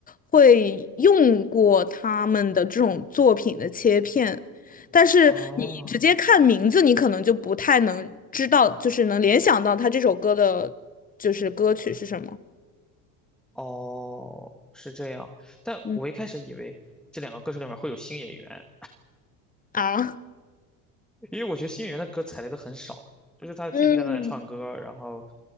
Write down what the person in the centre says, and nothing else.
啊。
哦，是这样。但我一开始以为这两个歌手里面会有新演员，
因为我觉得新演员的歌踩雷的很少，就是他平平淡淡的唱歌，
然后